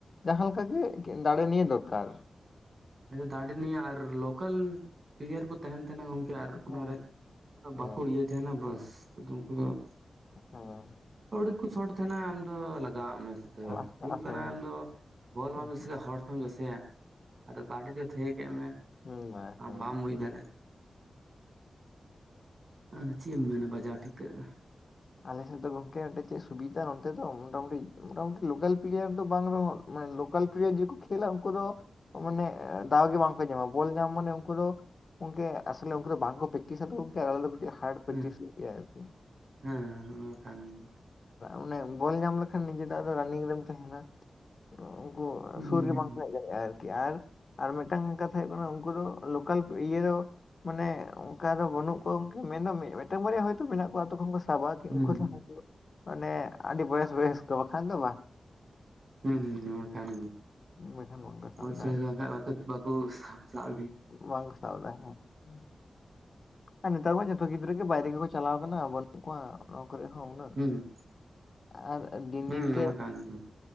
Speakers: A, on the left; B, on the right.
A: ᱡᱟᱦᱟᱸ ᱞᱮᱠᱟ ᱜᱮ ᱫᱟᱲᱮ ᱱᱤᱭᱟᱹ ᱫᱚᱨᱠᱟᱨ ᱾
B: ᱟᱪᱪᱷᱟ ᱫᱟᱲᱮ ᱱᱤᱭᱟᱹ ᱟᱨ ᱞᱳᱠᱟᱞ, ᱯᱞᱮᱭᱟᱨ ᱠᱚ ᱛᱟᱦᱮᱱ ᱛᱟᱦᱮᱱᱟ ᱜᱚᱝᱠᱮ, ᱟᱨ ᱚᱱᱟᱨᱮ
A: ᱦᱮᱸ ᱦᱮᱸ
B: ᱵᱟᱠᱚ ᱤᱭᱟᱹᱭ ᱛᱟᱦᱮᱱᱟ ᱵᱟᱥ ᱟ ᱩᱱᱠᱩ ᱫᱚ ᱾
A: ᱦᱸ <inaudible>
B: <unintelligible> ᱥᱚᱴ ᱛᱟᱦᱮᱱᱟ ᱟᱢ ᱫᱚ ᱞᱟᱜᱟᱣᱟᱜ ᱢᱮᱥᱛᱮ
A: ᱦᱮᱸ
B: ᱦᱤᱡᱩᱜ
A: ᱦᱮᱸ
B: ᱠᱟᱱᱟ
A: ᱦᱮᱸ
B: ᱟᱢ ᱫᱚ ᱵᱚᱞ
A: ᱦᱮᱸ
B: ᱵᱟᱢ ᱡᱮᱥᱠᱟ ᱦᱚᱲ, <unintelligible> ᱟᱫᱚ ᱚᱠᱟ ᱴᱷᱮᱡ ᱡᱮ ᱛᱷᱤᱭᱟ ᱠᱮᱫ ᱢᱮ,
A: ᱦᱮᱸ ᱵᱟᱥ
B: ᱟᱢ
A: ᱦᱮᱸ
B: ᱵᱟᱢ ᱵᱩᱡᱽ ᱫᱟᱲᱮᱭᱟᱜᱼᱟ ᱾ ᱟ ᱟᱫᱚ ᱪᱮᱫ ᱮᱢ ᱢᱮᱱᱟ ᱵᱟᱡᱟᱨ ᱴᱷᱤᱠ ᱠᱟ ᱫᱚ᱾
A: ᱟᱞᱮᱥᱮᱫ ᱫᱚ ᱜᱚᱝᱠᱮ ᱪᱮᱫ ᱥᱩᱵᱤᱫᱷᱟ ᱱᱚᱛᱮ ᱫᱚ, ᱢᱚᱴᱟᱢᱩᱴᱤ - ᱢᱚᱴᱟᱢᱩᱴᱤ ᱞᱳᱠᱟᱞ ᱯᱞᱮᱭᱟᱨ ᱫᱚ ᱵᱟᱝ ᱨᱮᱦᱚᱸ᱾ ᱢᱟᱱᱮ ᱞᱳᱠᱟᱞ ᱯᱨᱤᱭᱤᱭᱟ ᱡᱮ ᱠᱚ ᱠᱷᱮᱞᱟ ᱩᱱᱠᱩ ᱫᱚ ᱾ ᱢᱟᱱᱮ ᱫᱟᱣᱜ ᱜᱮ ᱵᱟᱝᱠᱚ ᱧᱟᱢᱟ ᱵᱚᱞ ᱧᱟᱢ ᱢᱟᱱᱮ ᱩᱱᱠᱩ ᱫᱚ, ᱜᱚᱝᱠᱮ ᱟᱥᱚᱞᱮ ᱩᱱᱠᱩ ᱫᱚ ᱵᱟᱝᱠᱚ ᱯᱮᱠ <unintelligible> ᱦᱟᱰ ᱯᱨᱮᱠᱴᱤᱥ
B: ᱦᱮᱸ
A: ᱜᱮᱭᱟ ᱟᱨᱠᱤ ᱾
B: ᱦᱮᱸ ᱚᱱᱟ ᱠᱟᱱ ᱜᱮ ᱾
A: ᱚᱱᱮ ᱵᱚᱞ ᱧᱟᱢ ᱞᱮᱠᱷᱟᱱ ᱱᱤᱡᱮ ᱫᱚ ᱟᱫᱚ ᱨᱟᱱᱤᱝ ᱨᱮᱢ ᱛᱟᱦᱮᱱᱟ ᱾ ᱩᱱᱠᱩ
B: ᱦᱩᱸ
A: ᱥᱩᱨ ᱜᱮ ᱵᱟᱝ
B: ᱦᱩᱸ
A: ᱠᱚ ᱦᱮᱡ ᱟᱠᱟᱱᱟ ᱾ ᱟᱨᱠᱤ ᱟᱨ ᱟᱨ ᱢᱤᱫᱴᱟᱝ ᱠᱟᱛᱷᱟ ᱦᱩᱭᱩᱜ ᱠᱟᱱᱟ, ᱩᱱᱠᱩ ᱫᱚ ᱞᱳᱠᱟᱞ ᱤᱭᱟᱹ ᱢᱟᱱᱮ ᱚᱱᱠᱟ ᱫᱚ ᱵᱟᱹᱱᱩᱜ ᱠᱚᱣᱟ ᱢᱮᱱᱫᱚ ᱢᱤᱫᱴᱟᱝ ᱵᱟᱨᱭᱟ ᱦᱚᱭᱛᱚ ᱢᱮᱱᱟᱜ ᱠᱚᱣᱟ ᱟᱹᱛᱩ ᱠᱷᱚᱱ ᱠᱚ ᱥᱟᱵᱟ᱾
B: ᱦᱩᱸ
A: ᱩᱱᱠᱩᱸ ᱢᱟᱱᱮ ᱟᱹᱰᱤ ᱵᱚᱭᱮᱥ ᱵᱚᱭᱟᱹᱥ ᱠᱚ ᱵᱟᱠᱷᱟᱱ ᱫᱚ ᱵᱟᱝ ᱾
B: ᱦᱩᱸ ᱢᱟᱠᱷᱟᱱ
A: ᱵᱟᱠᱷᱟᱱ ᱵᱟᱝᱠᱚ ᱥᱟᱵᱫᱟ
B: ᱢᱚᱡᱽ ᱵᱟᱝᱠᱷᱟᱱ ᱵᱟ ᱵᱟᱠᱚ ᱥᱟᱵ ᱥᱟᱵ ᱤᱫᱤ,
A: ᱵᱟᱝ ᱥᱟᱣᱞᱮᱱ ᱠᱷᱟᱱ ᱟᱨ ᱱᱮᱛᱟᱨ ᱢᱟ ᱡᱚᱛᱚ ᱜᱤᱫᱽᱨᱟᱹ ᱜᱮ ᱵᱟᱭᱨᱮ ᱜᱮᱠᱚ ᱪᱟᱞᱟᱣ ᱠᱟᱱᱟ᱾ ᱵᱟᱹᱱᱩᱜ ᱠᱚᱣᱟ ᱚᱱᱟ ᱠᱚᱨᱮ ᱦᱚᱸ ᱾
B: ᱦᱩᱸ
A: ᱟᱨ ᱫᱤᱱ
B: ᱦᱩᱸ
A: ᱫᱤᱱ
B: ᱚᱱᱟ
A: ᱛᱮ
B: ᱢᱟ ᱠᱟᱱ ᱜᱮ